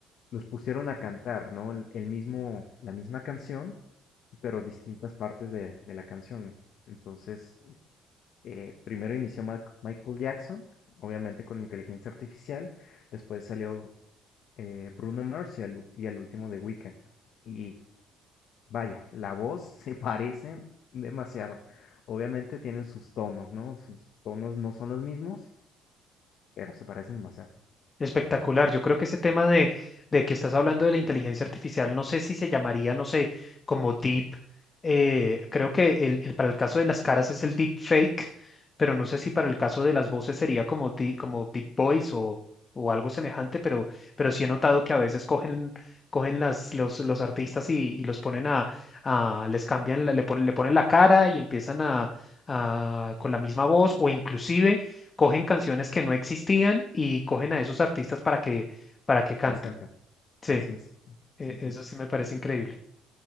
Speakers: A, on the left; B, on the left.
A: los pusieron a cantar, ¿no? El el mismo, la misma canción, pero distintas partes de, de la canción. Entonces, Eh, primero inició Mac- Michael Jackson, obviamente con inteligencia artificial, después salió eh, Bruno Mars y al, u- y al último The Weeknd. Y vaya, la voz <laughs> se parecen demasiado. Obviamente tienen sus tonos, ¿no? Sus tonos no son los mismos, pero se parecen demasiado.
B: Espectacular. Yo creo que ese tema de, de que estás hablando de la inteligencia artificial, no sé si se llamaría, no sé, como deep. eh, creo que el, el- para el caso de las caras es el deep fake, pero no sé si para el caso de las voces sería como, di- como deep voice o, o algo semejante, pero, pero sí he notado que a veces cogen, cogen las, los, los artistas y, y los ponen a, a- les cambian, la- le ponen, le ponen la cara y empiezan a, a- con la misma voz o inclusive cogen canciones que no existían y cogen a esos artistas para que, para que canten.
A: Las cantan.
B: Sí,
A: Así es.
B: e-
A: Sí, sí.
B: eso sí me parece increíble.